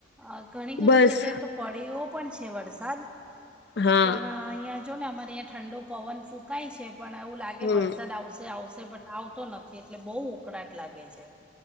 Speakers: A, in the centre; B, on the left.
A: હ ઘણી ઘણી
B: બસ
A: જગ્યાએ તો પડે એ્યો પણ છે વરસાદ <inaudible>
B: હા
A: પણ અહીયા જો ને અમારીયા ઠંડો પવન ફૂંકાય છે. પણ એવું લાગે
B: હમ
A: વરસાદ આવશે આવશે. તે પણ આવતો નથી એટલે બહુ ઉકળાટ લાગે છે.